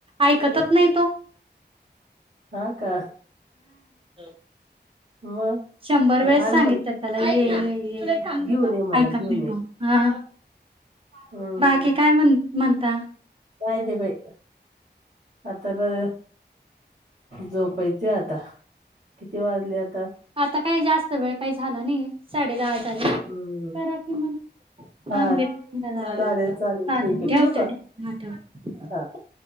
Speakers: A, on the right; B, on the right.
A: ऐकतच नाही तो
B: हा का
A: <inaudible>
B: मग
A: शंभर वेळेस
B: आण
A: सांगित
B: मला
A: त्याला ये ये ये ऐकत
B: घेऊन ये मला घेऊन
A: नाही
B: ये
A: तो ह
B: हम्म.
A: बाकी काय म्हण म्हणता
B: काय दे बाई आता झोपायचे आता किती वाजले आता
A: आता काय जास्त वेळ काही झाला नाही साडे दहा झाली करा
B: हम्म.
A: कि मग
B: हा
A: तांबे चालेल
B: चालेल
A: ठेवते
B: ठीक आहे ठेवू का
A: ठेवते हा ठेवते
B: हा